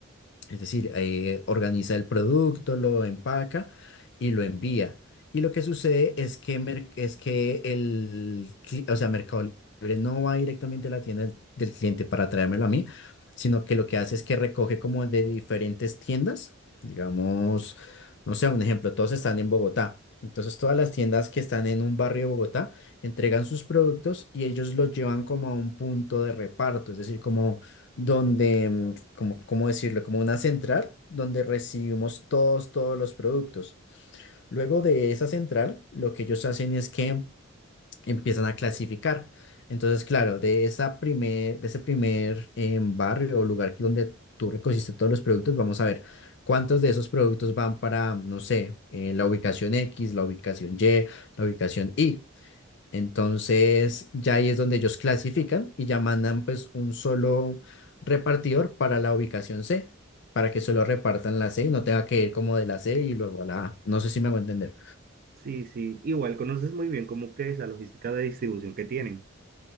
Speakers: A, on the left; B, on the right.
A: Es decir, eh, organiza el producto, lo empaca y lo envía. Y lo que sucede es que, mer- es que el, cli- o sea, Mercado Libre no va directamente a la tienda del del cliente para traérmelo a mí, sino que lo que hace es que recoge como de diferentes tiendas. Digamos, no sé, un ejemplo, todos están en Bogotá. Entonces, todas las tiendas que están en un barrio de Bogotá entregan sus productos y ellos los llevan como a un punto de reparto, es decir, como donde, mm, como, ¿cómo decirlo? Como una central donde recibimos todos, todos los productos. Luego de esa central, lo que ellos hacen es que empiezan a clasificar. Entonces, claro, de esa primer, de ese primer em, barrio o lugar que- donde tú recogiste todos los productos, vamos a ver cuántos de esos productos van para, no sé, eh, la ubicación X, la ubicación Y, la ubicación Y. Entonces, ya ahí es donde ellos clasifican y ya mandan pues un solo repartidor para la ubicación C, para que solo repartan la C y no tenga que ir como de la C y luego a la A. No sé si me hago entender.
B: Sí, sí, igual conoces muy bien cómo que esa logística de distribución que tienen.